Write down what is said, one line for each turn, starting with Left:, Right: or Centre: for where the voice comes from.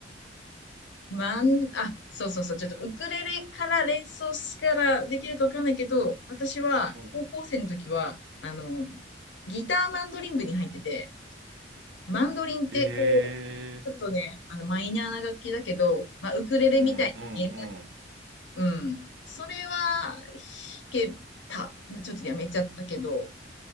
Left: マン、あ、そうそうそう、ちょっとウクレレから連想したらできるかわかんないけど、私は高校生の時は、
Right: うん。
Left: あの、ギターマンドリン部に入ってて、マンドリンってこう、
Right: ええ、
Left: ちょっとね、あの、マイナーな楽器だけど、まあ、ウクレレみたいに弦楽器、
Right: うんうんうん。
Left: うん。それは弾けた。まあ、ちょっとやめちゃったけど、